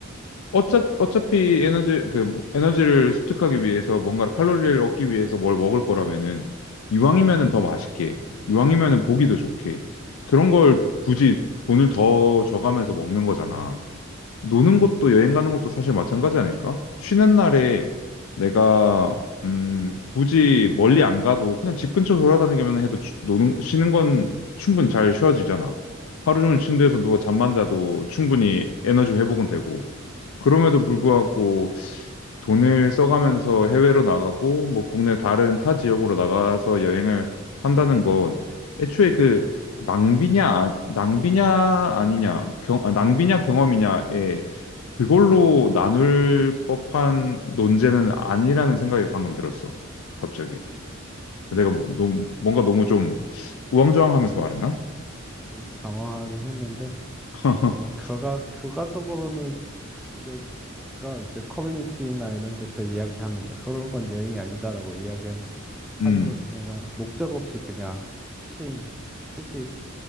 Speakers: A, on the left; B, in the centre.
A: 어차, 어차피 에너지 그 에너지를 습득하기 위해서 뭔가 칼로리를 얻기 위해서 뭘 먹을 거라면은 이왕이면은
B: 음,
A: 더 맛있게, 이왕이면은 보기도 좋게 그런 걸 굳이 돈을 더 줘가면서 먹는 거잖아. 노는 것도 여행 가는 것도 사실 마찬가지 아닐까? 쉬는 날에 내가 음, 굳이 멀리 안 가도 그냥 집 근처 돌아다니기만 해도 주- 노는 쉬는 건 충분히 잘 쉬어지잖아. 하루 종일 침대에서 누워 잠만 자도 충분히 에너지 회복은 되고. 그럼에도 불구하고 돈을 써가면서 해외로 나가고 뭐 국내 다른 타 지역으로 나가서 여행을 한다는 건 애초에 그 낭비냐, 아- 낭비냐 아니냐, 경, 아, 낭비냐 경험이냐에 그걸로 나눌 법한 논제는 아니라는 생각이 방금 들었어. 갑자기.
B: 그지.
A: 내가 뭐, 너무, 뭔가 너무 좀 우왕좌왕하면서 말했나?
B: 좀 장황하긴 했는데
A: <laughs>
B: 이제 뭐 결과 결과적으로는 이제 가 이제 커뮤니티나 이런 데서 이야기하는 그런 건 여행이 아니다라고 이야기하는
A: 음,
B: 것 중에 하나 목적 없이 그냥 쉼, 휴식,